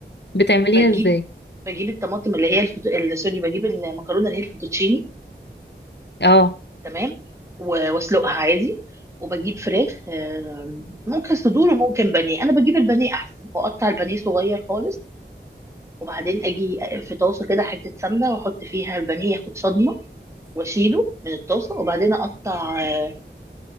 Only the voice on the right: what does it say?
بجيب
بجيب الطماطم اللي هي الفوتو... ال- سوري بجيب المكرونه اللي هي الفوتوتشيني
تمام و- واسلقها عادي وبجيب فراخ آم، ممكن صدور وممكن بانيه انا بجيب البانيه احسن واقطع البانيه صغير خالص وبعدين اجي في طاسه كده حته سمنه واحط فيها البانيه ياخد صدمه واشيله من الطاسه وبعدين اقطع آه،